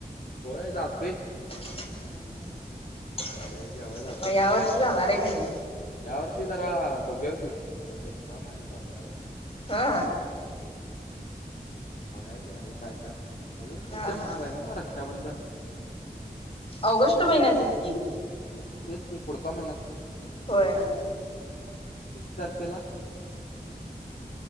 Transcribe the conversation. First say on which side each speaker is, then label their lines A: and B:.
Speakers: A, on the left; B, on the left.
A: होय जातोय.
B: हम्म हम्
A: जेवाय जातोय
B: म
A: कुठं
B: या वर्ष
A: तर
B: जाणार आहे की नाही?
A: या वर्षी जरा बघूया की, दुष्काळ महिना चालू आहे ओ.
B: हा?
A: बघायचं यावेळी काय, काय अजून पुढच्या
B: हा
A: महिन्यात
B: हा
A: हाय नव्ह रक्षाबंधन?
B: ऑगस्ट महिन्यातच की.
A: तेच की, पुढचा महिनाच की.
B: होय.
A: किती तारखेला?